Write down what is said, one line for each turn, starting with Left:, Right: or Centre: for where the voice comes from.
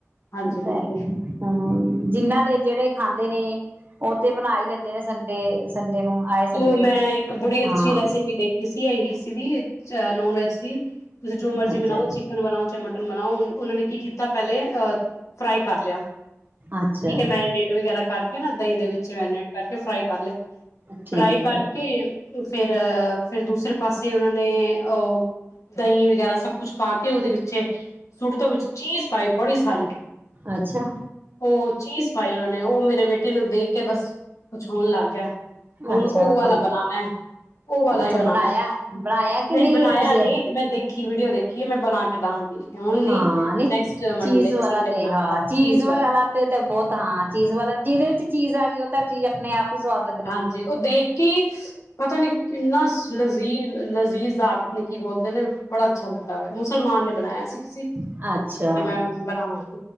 Left: ਹਾਂਜੀ,
Right: ਤਾਂ
Left: ਬਿਲਕੁਲ
Right: ਹੁਣ ਜਿੰਨਾਂ ਦੇ ਜਿਹੜੇ ਖਾਂਦੇ ਨੇ ਉਹ ਤੇ ਬਣਾਈ ਲੈਂਦੇ ਨੇ ਸੰਡੇ ਸੰਡੇ ਨੂੰ ਆਏ ਸੰਡੇ
Left: ਉਹ
Right: ਨੂੰ
Left: ਮੈਂ ਇੱਕ ਬੜੀ
Right: ਹਾਂ
Left: ਅੱਛੀ ਰੈਸਿਪੀ ਦੇਖੀ ਸੀ ਇਹੀ ਸੀਦੀ ਨੋਨ ਵੈਜ ਦੀ ਤੁਸੀਂ ਜੋ ਮਰਜ਼ੀ
Right: ਅੱਛਾ
Left: ਬਣਾਓ ਚਿਕਨ ਬਣਾਓ ਚਾਹ ਮੱਟਣ ਮਨਾਉਣ ਉਹਨਾਂ ਨੇ ਕੀ ਕੀਤਾ ਪਹਿਲੇ ਅ ਫਰਾਈ ਕਰ ਲਿਆ
Right: ਅੱਛਾ
Left: ਠੀਕ ਹੈ ਮੈਰੀਨੇਟ ਵਗੈਰਾ ਕਰਕੇ ਨਾ ਦਹੀਂ ਦੇ ਵਿੱਚ ਮੈਰੀਨੇਟ ਕਰਕੇ ਫਰਾਈ ਕਰ ਲਿਆ
Right: ਠੀਕ
Left: ਫਰਾਈ ਕਰਕੇ
Right: ਹੈ
Left: ਫੇਰ ਫੇਰ ਦੂਸਰੇ ਪਾਸੇ ਉਹਨਾਂ ਨੇ ਉਹ ਦਹੀਂ ਵਗੈਰਾ ਸਭ ਕੁਛ ਪਾ ਕੇ ਉਹਦੇ ਵਿੱਚੇ ਸੁੱਟ ਤੋਂ ਚੀਜ਼ ਪਾਈ ਬੜੀ ਸਾਰੀ
Right: ਅੱਛਾ
Left: ਉਹ ਚੀਜ਼ ਪਾਈ ਉਹਨਾਂ ਨੇ ਉਹ ਮੇਰੇ ਬੇੇਟੇ ਇਨੂੰ ਦੇਖ ਕੇ ਬਸ ਕੁਛ ਹੋਣ ਲੱਗ ਗਿਆ ਹੁਣ
Right: ਅੱਛਾ
Left: ਉਹ ਵਾਲਾ
Right: ਬਣ
Left: ਬਣਾਉਣਾ ਉਹ ਵਾਲਾ
Right: ਅੱਛਾ
Left: ਹੀ ਬਣਾਉਣਾ
Right: ਬਣਾਇਆ ਬਣਾਇਆ ਕਿ
Left: ਨਹੀਂ ਬਣਾਇਆ
Right: ਤੁਸੀਂ
Left: ਨੀ ਮੈਂ ਦੇਖੀ ਵੀਡੀਓ ਦੇਖੀ ਐ, ਮੈਂ ਬਣਾ ਕੇ ਦਾਂਗੀ ਹੁਣ ਨੀ
Right: ਹਾਂ ਨਹੀਂ
Left: ਨੈਕਸਟ ਮੰਡੇ
Right: ਚੀਜ਼ ਵਾਲਾ
Left: ਸੰਡੇ
Right: ਤੇ
Left: ਬਣਾ
Right: ਹਾਂ
Left: ਕੇ
Right: ਚੀਜ਼ ਵਾਲ
Left: ਵਾਲੇ
Right: ਵਾਲਾ ਤੇ ਤੇ ਬਹੁਤ ਹਾਂ ਚੀਜ਼ ਵਾਲਾ ਜਿਹਦੇ ਵਿੱਚ ਚੀਜ਼ ਆ ਗਈ ਉਹ ਤਾਂ ਚੀਜ਼ ਆਪਣੇ ਆਪ ਹੀ ਸਵਾਦ ਲੱਗਣੀ
Left: ਹਾਂਜੀ ਉਹ ਦੇਖ ਕੇ ਪਤਾ ਨੀ ਕਿੰਨਾ ਲਜ਼ੀਜ਼ ਲ ਲੈਜ਼ੀਜ਼ਦਾਰ ਪਤਨੀ ਕੀ ਬੋਲਦੇ ਨੇ ਬੜਾ ਅੱਛਾ ਲੱਗਦਾ ਹੋਇਆ ਮੁਸਲਮਾਨ ਨੇ ਬਣਾਇਆ ਸੀ ਤੇ
Right: ਹੈ ਅੱਛਾ
Left: ਮੈਂ ਬਣਾਵਾਂ